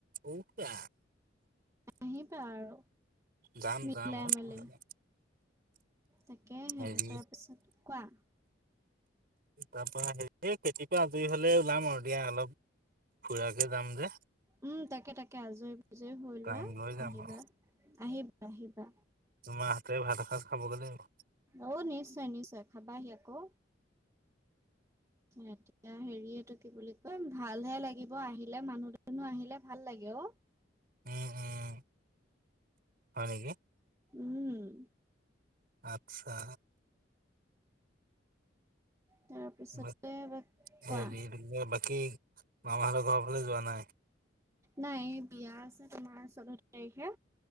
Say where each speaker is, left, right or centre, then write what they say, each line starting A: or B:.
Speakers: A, on the right; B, on the right.
A: উ বা
B: আহিবা আৰু
A: যাম
B: মিলাই
A: যাম অ
B: মেলি।
A: কিয় নাযাম
B: তাকেহে।
A: হেৰি
B: তাৰপিছত, কোৱা।
A: তাৰপৰা হে <unintelligible> খেতিৰ পৰা আজৰি হ'লে ওলাম আৰু দিয়া। অলপ ফুৰাকে যাম যে
B: উম তাকে তাকে। আজৰি-বিজৰি হৈ লোৱা।
A: টাইম লৈ যাম
B: আহিবা।
A: আৰু
B: আহিবা আহিবা।
A: তোমাৰ হাতে ভাত এসাঁজ খাবগৈ লাগিব
B: অ' নিশ্চয় নিশ্চয় খাবাহি আকৌ!
A: <inaudible>
B: এতিয়া হেৰি এটো কি বুলি কয়, ভালহে লাগিব আহিলে, মানুহ-দুনুহ আহিলে ভাল লাগে অ।
A: উম, উম। হয় নেকি?
B: উম!
A: আচ্ছা।
B: তাৰপিছতে
A: <unintelligible> হেৰি
B: কোৱা
A: এইটো কি কয়, বাকী মামাহঁতৰ ঘৰৰ ফালে যোৱা নাই?
B: নাই বিয়া আছে। তোমাৰ চৈধ তাৰিখে।